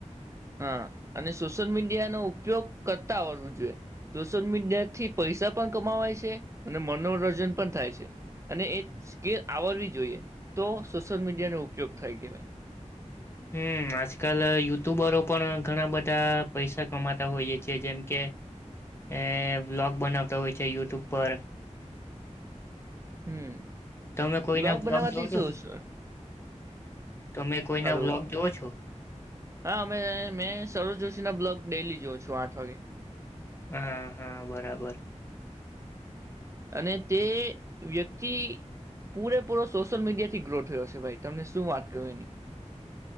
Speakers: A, on the right (about 25°); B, on the left (about 20°).
A: હા અને સોશિયલ મીડિયાનોો ઉપયોગ કરતા આવરવો જોઈએ સોશિલ મીડિયાથી પૈસા પણ કમાવાય છે અને મનોરંજન પણ થાય છે અને એ સ્કેલ આવરવી જોઈએ તો સોશિલ મીડિયાનોો ઉપયોગ થાય કવાય.
B: હમ આજકાલ યુટ્યુબરો પણ ઘણા બધા પૈસા કમાતા હોઈએ છેએ જેમ કે અ બ્લોગ બનાવતા હોય છે યુટ્યુબ પર
A: હમ.
B: તમે કોઈના
A: બ્લોગ બનાવાથી
B: વ્લોગ જોવ છો
A: જો સર
B: તમે કોઈના
A: હલો
B: બ્લોગ જોઓ છો
A: હા અમે મેં સરોજ જોશીના બ્લોક ડેલી જોઉં છું આઠ વાગે
B: હા હા બરાબર.
A: અને તે વ્યક્તિ પૂરેપૂરો સોશિયલ મીડિયા થી ગ્રો થયો છે ભાઈ તમને શું વાત ક એની